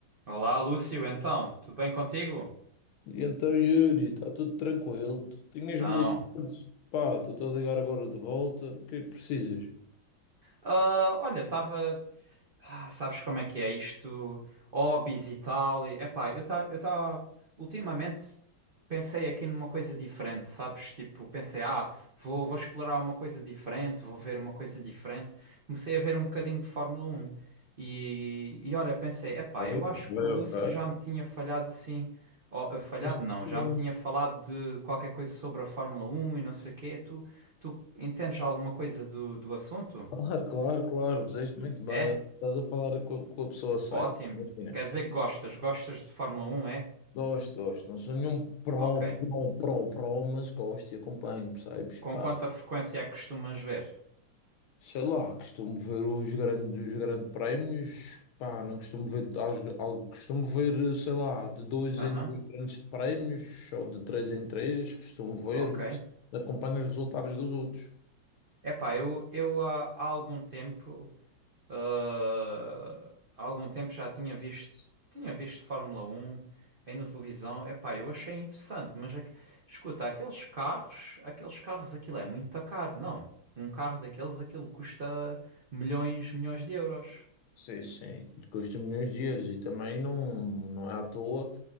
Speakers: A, on the right; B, on the left.
A: Olá, Lúcio, então, tudo bem contigo?
B: E então, Yuri, está tudo tranquilo. Tu tinhas-me
A: Então,
B: ligado. Pá, estou a ligar agora de volta. O que é que precisas?
A: Ah, olha, estava. Ah, sabes como é que é isto? Hobbies e tal. E, epá, eu estava. eu tá, ultimamente pensei aqui numa coisa diferente, sabes? Tipo, pensei, ah, vou, vou explorar uma coisa diferente, vou ver uma coisa diferente. Comecei a ver um bocadinho de Fórmula Um E, e olha, pensei, epá,
B: Ok, ok.
A: eu acho que o Lúcio
B: ok.
A: já me tinha falhado assim. ó, falhado
B: Fizeste
A: não,
B: muito
A: já me tinha falado
B: bem.
A: de qualquer coisa sobre a Fórmula Um e não sei o quê. Tu, tu entendes alguma coisa do, do assunto?
B: Claro, claro, claro. Fizeste muito bem.
A: É?
B: Estás a falar com, a com a pessoa certa.
A: Ótimo.
B: Imagina.
A: Quer dizer que gostas? Gostas de Fórmula Um, é?
B: Gosto, gosto. Não sou nenhum pró,
A: Ok.
B: pró, pró, pró, mas gosto e acompanho, percebes? Pá,
A: Com quanta frequência é que costumas ver?
B: Sei lá, costumo ver os grandes, os grandes prémios, pá, não costumo ver, aos- algo- costumo ver, sei lá, de dois
A: Aham,
B: em dois grandes prémios, ou de três em três, costumo ver,
A: ok.
B: mas acompanho os resultados dos outros.
A: Epá, eu, eu há, há algum tempo, ah, há algum tempo já tinha visto, tinha visto Fórmula Um aí na televisão. Epá, eu achei interessante, mas aqu- escuta, aqueles carros, aqueles carros, aquilo é muito caro, não? Um carro daqueles, aquilo custa milhões, milhões de euros.
B: Sim, sim, custa milhões de euros e também não, não é à toa.